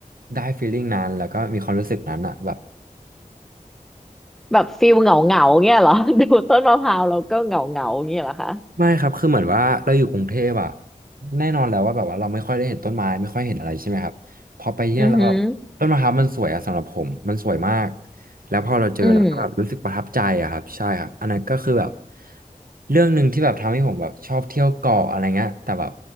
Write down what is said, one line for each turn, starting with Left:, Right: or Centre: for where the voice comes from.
Right: ได้ฟีลลิ่งนั้นแล้วก็มีความรู้สึกนั้นอะแบบ
Centre: แบบฟิลเหงาเหงาเงี้ยเหรอ <laughs> ดูต้นมะพร้าวแล้วก็เหงาเหงาเงี้ยเหรอคะ
Right: ไม่ครับคือเหมือนว่าเราอยู่กรุงเทพอะแน่นอนแล้วว่าแบบว่าเราไม่ค่อยได้เห็นต้นไม้ไม่ค่อยเห็นอะไรใช่ไหมครับพอไปที่นั่นแล้วแบบต้นมะพร้าวมันสวยอะสำหรับผมมันสวยมาก
Centre: อือหือ
Right: แล้วพอเราเจอเราก็แบบรู้สึกประทับใจอะครับใช่ครับอันนั้นก็คือแบบ
Centre: อืม
Right: เรื่องหนึ่งที่แบบทำให้ผมแบบชอบเที่ยวเกาะอะไรเงี้ยแต่แบบ